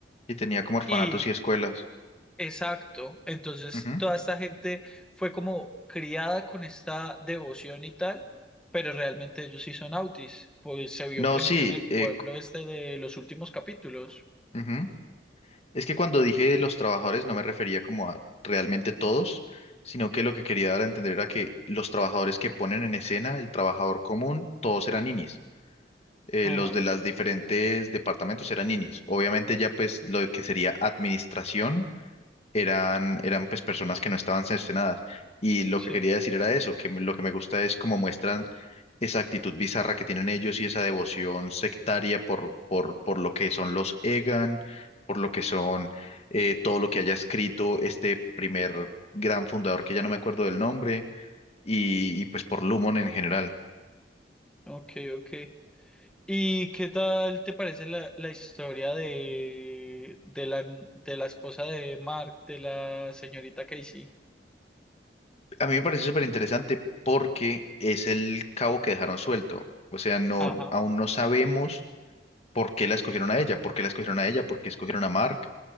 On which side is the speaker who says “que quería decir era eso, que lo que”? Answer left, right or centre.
Left